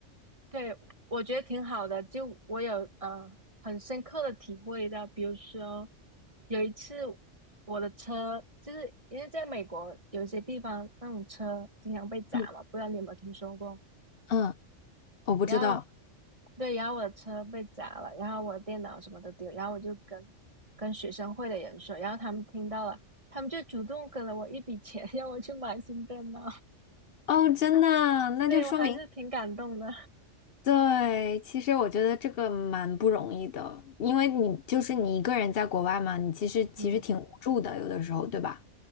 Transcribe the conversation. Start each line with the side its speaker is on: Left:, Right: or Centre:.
Right: 对，我觉得挺好的，就我有呃很深刻的体会到，比如说有一次我的车，就是因为在美国有一些地方那种车经常被砸嘛，
Left: 嗯，
Right: 不知道你有没有听说过？
Left: 嗯，我不知道
Right: 然后对，然后我的车被砸了，然后我的电脑什么都丢，然后我就跟跟学生会的人说，然后他们听到了，他们就主动给了我一笔钱，<laughs> 让我去买新电脑。
Left: 哦，真的啊那就说明
Right: <laughs> 对，我还是挺感动的。
Left: 对，其实我觉得这个蛮不容易的，因为你就是你一个人在国外嘛，你其实其实挺无助的，
Right: 嗯，
Left: 有的时候，对吧？